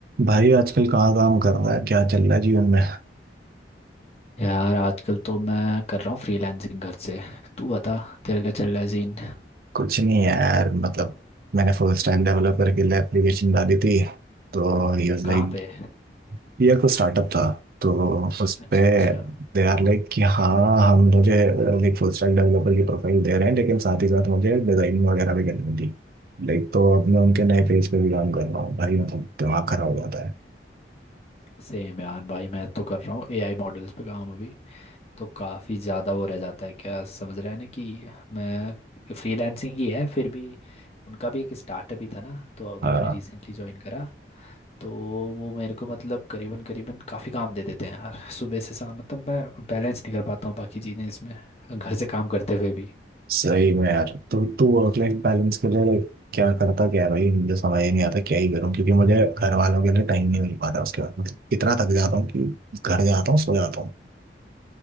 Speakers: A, on the right; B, on the left.
A: भाई आजकल कहाँ काम कर रहा है क्या चल रहा है जीवन में
B: यार आजकल तो मैं कर रहा हूँ फ्रीलांसिंग घर से तू बता तेरे क्या चल रहा है सीन
A: कुछ नहीं है यार मतलब मैंने फुल स्टैक डेवलपर के लिए एप्लीकेशन डाली थी तो ही वाज
B: कहाँ
A: लाइक
B: पे
A: ये कोई स्टार्टअप था तो उस
B: अच्छा
A: पे
B: अच्छा
A: दे आर लाइक कि हाँ हम मुझे लाइक फुल स्टैक डेवलपर की प्रोफाइल दे रहे हैं लेकिन साथ ही साथ मुझे डिजाइनिंग वगैरह भी करनी थी लाइक तो अब मैं उनके नए पेज पे भी काम कर रहा हूँ भाई मतलब दिमाग खराब हो जाता है
B: सेम यार भाई मैं तो कर रहा हूँ एआई मॉडल्स पे काम अभी तो काफ़ी ज़्यादा वो रह जाता है क्या समझ रहा है ना कि मैं फ्रीलांसिंग ही है फिर भी उनका भी एक स्टार्टअप ही था ना तो अभी
A: हाँ
B: मैंने रिसेंटली ज्वाइन करा तो वो मेरे को मतलब करीबन करीबन काफ़ी काम दे देते हैं यार सुबह से शाम मतलब मैं बैलेंस नहीं कर पाता हूँ बाकी चीज़ें इसमें घर से काम करते हुए भी
A: सही में यार तू तू वर्क लाइफ बैलेंस के लिए like, क्या करता क्या है भाई मुझे समझ ही नहीं आता क्या ही करूँ क्योंकि मुझे घर वालों के लिए टाइम नहीं मिल पाता उसके बाद मतलब इतना थक जाता हूँ कि घर जाता हूँ सो जाता हूँ